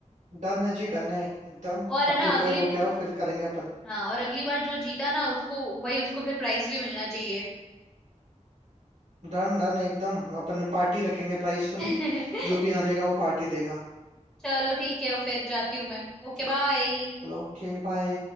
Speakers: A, on the right; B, in the centre.
A: डन है जी डन है एकदम
B: और है
A: आप
B: ना
A: प्रिपेयर
B: अगली
A: हो क्या हो फिर करेंगे अपन
B: हाँ और अगली बार जो जीता ना उसको भाई उसको फिर प्राइज भी मिलना चाहिए
A: डन डन एकदम अपन पार्टी रखेंगे प्राइस तो
B: <laughs>
A: नहीं जो भी हारेगा वो पार्टी देगा
B: चलो ठीक है फिर जाती हूँ मैं Okay
A: चलो
B: bye
A: चलो ओके बाय